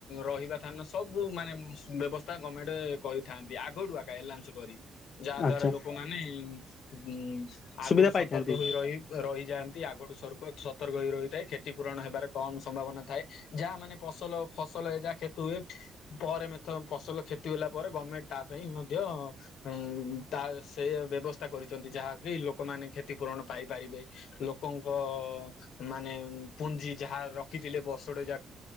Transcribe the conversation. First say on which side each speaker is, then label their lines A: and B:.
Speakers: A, on the left (about 75°); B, on the left (about 45°).
A: ରହିବା ଧାନ ସବୁ ମାନେ ବ୍ୟବସ୍ଥା ଗମେଣ୍ଟ କରିଥାନ୍ତି ଆଗଠୁଆନ୍ସ କରି- ଯାହା
B: ଆଚ୍ଛା।
A: ଦ୍ଵାରା ଲୋକମାନେ ଉ ଆଗରୁୁ
B: ସୁବିଧା ପାଇଥାନ୍ତି।
A: ସତର୍କ ହୋଇ ରହି ରହିଯାଆନ୍ତି ଆଗରୁୁ ସର୍ ସତର୍କ ହୋଇ ରହିଥାଏ କ୍ଷତି ପୂରଣ ହେବାର କମ ସମ୍ଭାବନା ଥାଏ ଯାହା ମାନେ ଫସଲ ଫସଲ ଯାହା ହୁଏ ପରେ ମ ଫସଲ କ୍ଷତି ଗଲା ପରେ ଗଭର୍ଣ୍ଣମେଣ୍ଟ ତା ପାଇଁ ମଧ୍ୟ ଉ ତା ସେ ବ୍ୟବସ୍ଥା କରିଛନ୍ତି ଯାହାକି ଲୋକମାନେ କ୍ଷତିପୂରଣ ପାଇପାରିବେ ଲୋକଙ୍କ କ ମାନେ ପୁଞ୍ଜି ଯାହା ରଖିଥିଲେ ବର୍ଷଟେ ଯା